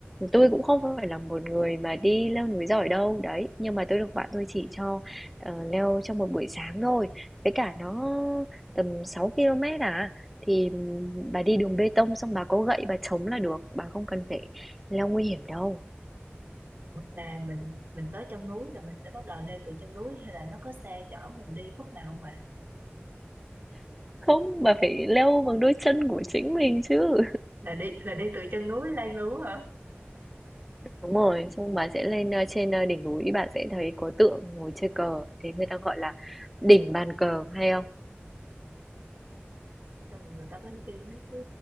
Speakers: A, in the centre; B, on the right (about 45°).
A: Tôi cũng không phải là một người mà đi leo núi giỏi đâu, đấy. Nhưng mà tôi được bạn tôi chỉ cho ờ, leo trong một buổi sáng thôi. Với cả nó tầm 6 km à. Thì bà đi đường bê tông xong bà có gậy bà chống là được. Bà không cần phải leo nguy hiểm đâu.
B: là mình mình tới chân núi là mình sẽ bắt đầu leo từ chân núi hay là nó có xe chở mình đi khúc nào không ạ
A: Không, bà phải leo bằng đôi chân của chính mình chứ.
B: là đi là đi từ chân núi lên luôn á hả
A: Đúng rồi, xong bạn sẽ lên, ơ, trên, ơ, đỉnh núi, bạn sẽ thấy có tượng ngồi chơi cờ, thế người ta gọi là đỉnh bàn cờ, hay không?
B: xong rồi người ta có đi mấy cái